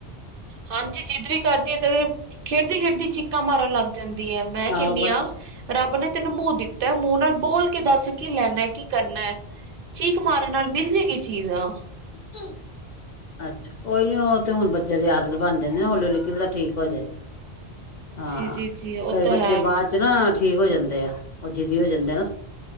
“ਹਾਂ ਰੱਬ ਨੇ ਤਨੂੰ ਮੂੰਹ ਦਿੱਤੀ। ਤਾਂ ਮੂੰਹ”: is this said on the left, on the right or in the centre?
Right